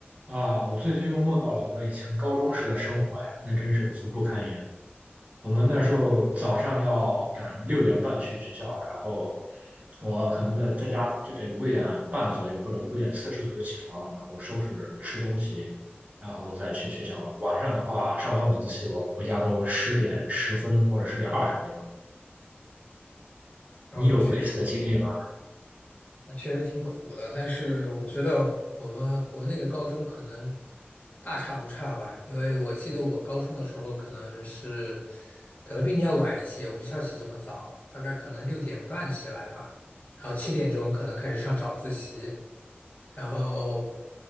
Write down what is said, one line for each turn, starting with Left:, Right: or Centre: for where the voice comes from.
Right: 啊，我最近又梦到了我以前高中时的生活呀，那真是苦不堪言。我们那时候早上要赶六点半去学校，然后我可能在在家就得五点半左右或者五点四十左右起床，然后收拾吃东西，然后再去学校。晚上的话，上完晚自习我回家都十点十分或者十点二十这样。
Left: 然后那确实，
Right: 你有类似的经历吗？
Left: 那确实挺苦的。但是我觉得我们国内的高中可能大差不差吧，因为我记得我高中的时候可能是，可能比你要晚一些，我不需要起这么早，大概可能六点半起来吧，然后七点钟可能开始上早自习。然后